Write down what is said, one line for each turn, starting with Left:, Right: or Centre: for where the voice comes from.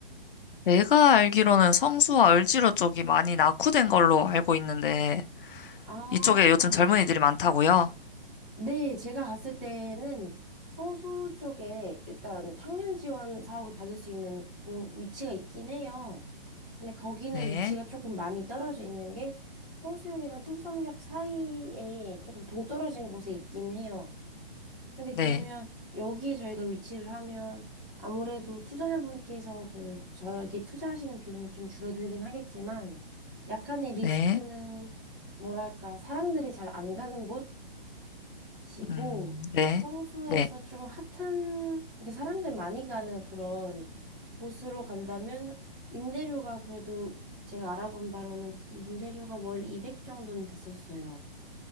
Left: 내가 알기로는 성수와 을지로 쪽이 많이 낙후된 걸로 알고 있는데,
Centre: 아,
Left: 이쪽에 요즘 젊은이들이 많다고요?
Centre: 네, 제가 갔을 때는 성수 쪽에 일단 청년 지원 사업을 받을 수 있는 공- 위치가 있긴 해요. 근데 거기는
Left: 네,
Centre: 위치가 조금 많이 떨어져 있는 게 성수역이랑 뚝섬역 사이에 조금 동떨어진 곳에 있긴 해요. 근데
Left: 네,
Centre: 그러면 여기에 저희가 위치를 하면 아무래도 투자자분께서 그 저에게 투자하시는 비용이 좀 줄어들긴 하겠지만 약간의 리스크는
Left: 네.
Centre: 뭐랄까 사람들이 잘 안 가는 곳이고
Left: 음, 네.
Centre: 성수에서
Left: 네.
Centre: 좀 핫한 그러니까 사람들 많이 가는 그런 곳으로 간다면 임대료가 그래도 제가 알아본 바로는 임대료가 월 200 정도는 됐었어요.